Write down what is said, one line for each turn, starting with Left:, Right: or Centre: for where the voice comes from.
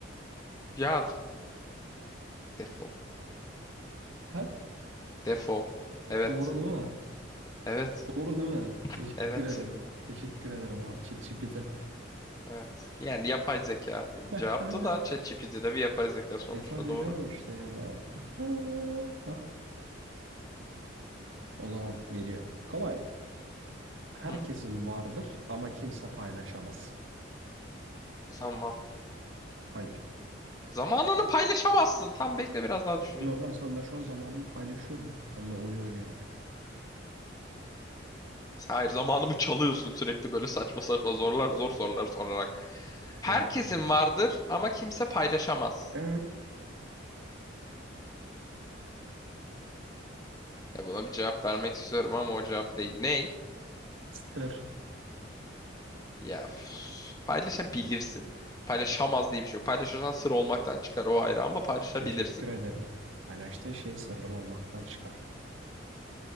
Left: Ya defol.
Right: Ha?
Left: Defol. Evet.
Right: Doğru değil mi?
Left: Evet.
Right: Doğru değil mi? Teşekkür
Left: Evet.
Right: ederim. Teşekkür ederim abi. ChatGPT.
Left: Evet. Yani yapay zeka cevaptı
Right: <laughs>
Left: da ChatGPT de bir yapay zeka sonuçta
Right: E tabii
Left: doğru.
Right: canım işte yani. <laughs> O zaman geliyor. Kolay mı? Herkesin
Left: Hı.
Right: vardır ama kimse paylaşamaz.
Left: Zaman.
Right: Hayır.
Left: Zamanını paylaşamazsın. Tam bekle biraz daha düşüneyim.
Right: Yo ben senden şu an zamanımı paylaşıyorum. Seninle oyun oynayarak.
Left: Hayır zamanımı çalıyorsun sürekli böyle saçma saçma zorlar zor sorular sorarak. Herkesin
Right: Soru soruyorum.
Left: vardır ama kimse paylaşamaz.
Right: Evet.
Left: Ya buna bir cevap vermek istiyorum ama o cevap değil. Ney?
Right: Sır.
Left: Ya üf, paylaşabilirsin. Paylaşamaz diye bir şey yok. Paylaşırsan sır olmaktan çıkar o ayrı ama paylaşabilirsin.
Right: Teşekkür ederim. Paylaştığın şey sırrın olmaktan çıkar.